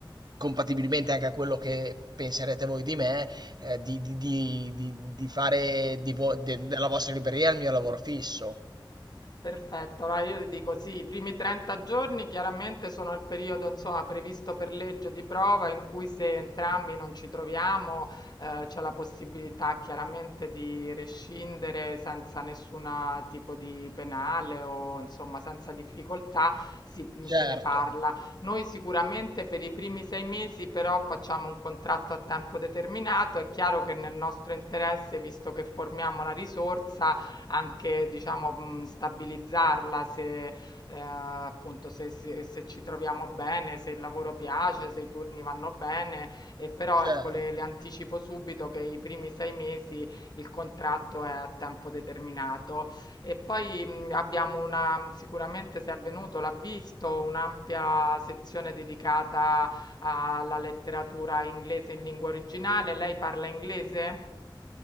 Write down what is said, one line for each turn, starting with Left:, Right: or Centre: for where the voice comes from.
Right: compatibilmente anche a quello che penserete voi di me, eh, di, di- di- di- di fare di vo- de- della vostra libreria il mio lavoro fisso.
Left: Perfetto, allora io le dico sì, i primi 30 giorni chiaramente sono il periodo insomma previsto per legge di prova in cui se entrambi non ci troviamo eh, c'è la possibilità chiaramente di rescindere senza nessun tipo di penale o insomma senza difficoltà si- se
Right: Certo,
Left: ne parla. Noi sicuramente per i primi sei mesi però facciamo un contratto a tempo determinato, è chiaro che nel nostro interesse, visto che formiamo la risorsa, anche diciamo, mhmm, stabilizzarla se, ehm, appunto se se se ci troviamo bene, se il lavoro piace, se i turni vanno bene, e però
Right: certo.
Left: ecco le le anticipo subito che i primi 6 mesi il contratto è a tempo determinato. E poi, mhmm, abbiamo una sicuramente se è venuto l'ha visto, un'ampia sezione dedicata alla letteratura inglese in lingua originale. Lei parla inglese?